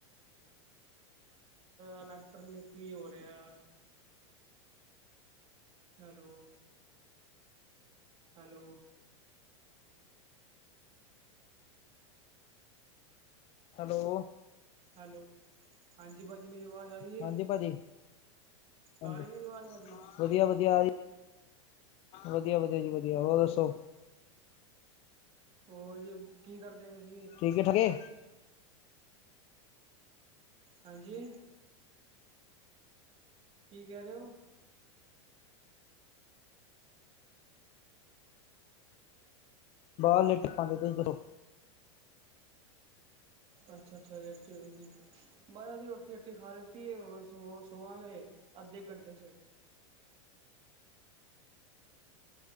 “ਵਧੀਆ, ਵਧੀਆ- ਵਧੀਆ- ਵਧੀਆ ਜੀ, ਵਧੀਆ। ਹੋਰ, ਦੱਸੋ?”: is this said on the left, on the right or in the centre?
Left